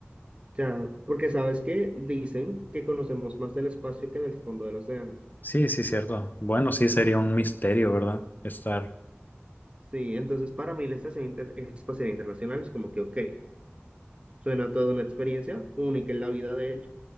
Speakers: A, on the right; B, on the left.
A: O sea, porque sabes que dicen que conocemos más del espacio que del fondo del océano.
B: sí, sí, cierto. Bueno, sí, sería un misterio, ¿verdad? Estar,
A: Sí, entonces para mí la Estación Inter- Espacial Internacional es como que, ok, suena toda una experiencia única en la vida, de hecho.